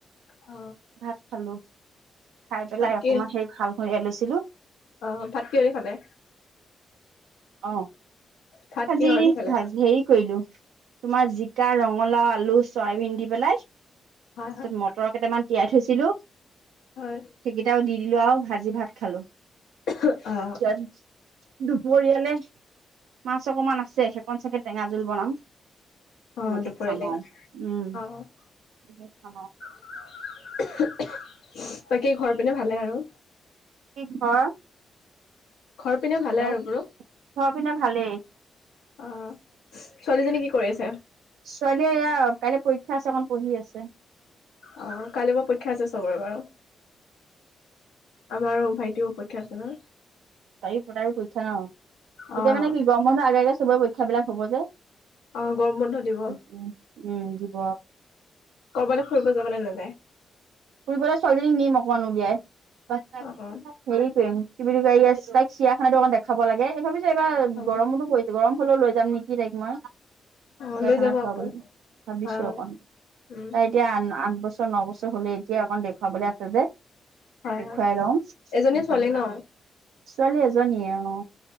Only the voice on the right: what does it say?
ভাত খালো, খাই পেলাই অকমান
সেই শালখন উলিয়াই লৈছিলো।
অ।
আজি
ভাজি হেৰি কৰিলো, তোমাৰ জিকা, ৰঙালাও, আলু, চয়াবিন দি পেলাই তে
মটৰ কেইটামান তিয়াই থৈছিলো।
সেইকেইটাও দি দিলো আৰু ভাজি ভাত খালো।
ইয়াত দুপৰীয়ালে মাছ অকমান আছে সেইকণ চাগে টেঙা জোল বনাম।
তেনেকে
খাম আৰু উম
তেনেকে খাম আৰু।
কি ঘৰ?
হেল্ল'
ঘৰ পিনে ভালেই
ছোৱালীয়ে এয়া কাইলৈ পৰীক্ষা আছে অকণ পঢ়ি আছে।
<unintelligible> আৰু পৰীক্ষা ন
এতিয়া মানে কি গৰম বন্ধৰ আগে আগে চবৰে পৰীক্ষাবিলাক হ'ব যে।
উম উম উম দিব।
ফুৰিবলৈ ছোৱালীজনীক নিম অকমান উলিয়াই। <unintelligible>
হেৰি কৰিম কি বুলি কয় এইয়া তাইক চিৰিয়াখানাটো অকমাণ দেখাব লাগে সেই ভাবিছো এবাৰ
গৰমতো পৰি তে গৰম হলেও লৈ যাম নেকি তাইক মই?
চিৰিয়াখানা
চোৱাবলৈ
ভাবিছো
অকণ,
তাই এতিয়া আন আঠ বছ ত ন বছৰ হলে এতিয়া অকণ দেখুৱাবলৈ আছে যে।
দেখুৱাই
লওঁ সেইটো
ছোৱালী এজনীয়ে অ।